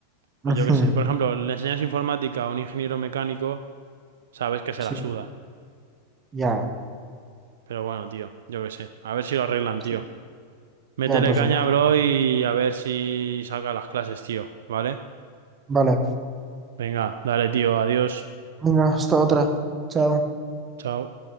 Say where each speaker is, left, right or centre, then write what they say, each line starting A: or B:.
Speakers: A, on the right; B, on the right.
A: o
B: Ujú,
A: yo qué sé, por ejemplo, le enseñas informática a un ingeniero mecánico, sabes que se
B: Sí,
A: la suda.
B: ya,
A: Pero bueno, tío, yo qué sé, a ver si lo arreglan,
B: sí,
A: tío. Métele
B: ya, por
A: caña,
B: supuesto.
A: bro, y a ver si saca las clases, tío, ¿vale?
B: Vale,
A: Venga, dale, tío, adiós.
B: venga, hasta otra. Chao.
A: Chao.